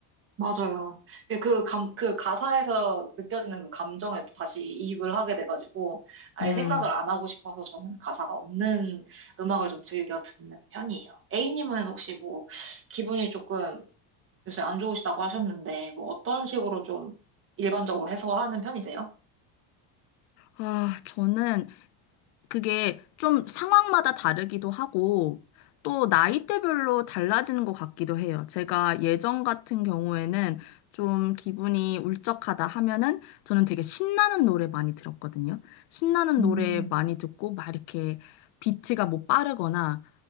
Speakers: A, on the right (about 25°); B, on the left (about 75°).
A: 맞아요. 그 그 감, 그 가사에서 느껴지는 그 감정에 또 다시 이입을 하게 돼가지고 아예
B: 음.
A: 생각을 안 하고 싶어서 저는 가사가 없는 음악을 좀 즐겨 듣는 편이에요. A님은 혹시 뭐 기분이 조금 요새 안 좋으시다고 하셨는데, 뭐 어떤 식으로 좀 일반적으로 해소하는 편이세요?
B: 아, 저는 그게 좀 상황마다 다르기도 하고 또 나이대별로 달라지는 것 같기도 해요. 제가 예전 같은 경우에는 좀 기분이 울적하다 하면은 저는 되게 신나는 노래 많이 들었거든요. 신나는
A: 음,
B: 노래 많이 듣고 막 이렇게 비트가 뭐 빠르거나